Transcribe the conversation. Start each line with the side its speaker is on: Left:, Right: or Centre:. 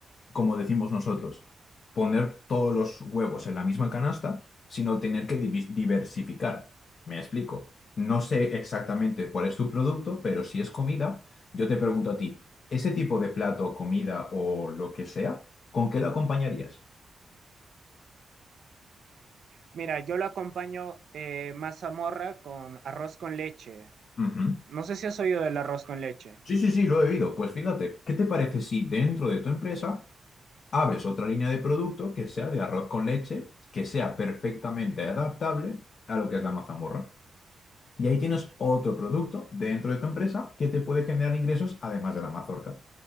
Left: como decimos nosotros, poner todos los huevos en la misma canasta, sino tener que divi- diversificar. Me explico. No sé exactamente cuál es tu producto, pero si es comida, yo te pregunto a ti, ese tipo de plato, comida o lo que sea, ¿con qué lo acompañarías?
Right: Mira, yo lo acompaño eh, mazamorra con arroz con leche.
Left: Ujú.
Right: No sé si has oído del arroz con leche.
Left: Sí, sí, sí, lo he oído. Pues fíjate, ¿qué te parece si dentro de tu empresa abres otra línea de producto que sea de arroz con leche, que sea perfectamente adaptable a lo que es la mazamorra? Y ahí tienes otro producto dentro de tu empresa que te puede generar ingresos además de la mazorca.